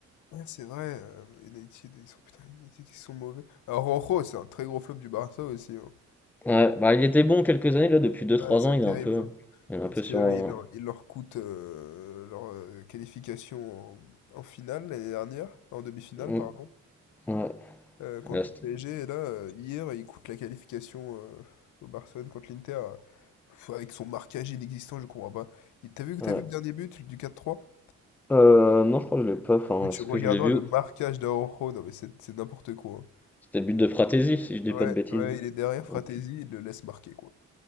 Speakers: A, on the left; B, in the centre.
A: Ouais, c'est vrai, euh, United, ils sont, putain, United, ils sont mauvais. Alors, Rojo, c'est un très gros flop du Barça aussi, hein.
B: Ouais, bah, il était bon quelques années, là, depuis deux
A: Ouais,
B: trois
A: c'est
B: ans, il
A: terrible.
B: est un peu, il est un
A: Parce
B: peu sur.
A: que là,
B: euh,
A: il leur, il leur coûte euh, leur euh, qualification en, en finale l'année dernière, en demi-finale,
B: mm,
A: pardon,
B: Ouais,
A: euh, contre
B: là, c'était-
A: le PSG. Et là, euh, hier, il coûte la qualification euh, au Barcelone contre l'Inter. euh, pff, avec son marquage inexistant, je comprends pas. Il- T'as vu,
B: ouais.
A: t'as vu le dernier but du 4-3?
B: Euh, non, je crois que je l'ai pas. Enfin,
A: Mais tu
B: est-ce
A: regarderas
B: que je l'ai vu?
A: le marquage d'Araujo, non mais c'est c'est n'importe quoi.
B: C'était le but de Fratesi, si je dis
A: hein. Ouais,
B: pas de bêtises.
A: ouais, il est derrière Fratesi,
B: Ok,
A: il le laisse marquer, quoi.